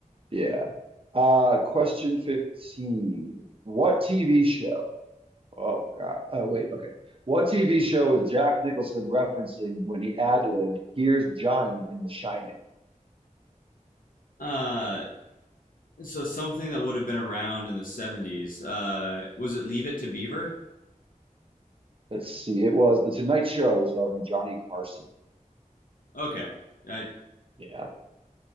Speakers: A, on the right (about 40°); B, on the left (about 80°).
A: yeah. Uh, question 15. What TV show Oh God. Oh wait. Okay. What TV show is Jack Nicholson referencing when he ad-libbed "Here's Johnny" in The Shining?
B: Uh, so something that would have been around in the seventies. Uh, was it Leave It to Beaver?
A: Let's see. It was The Tonight Show starring Johnny Carson.
B: Okay, I
A: Yeah.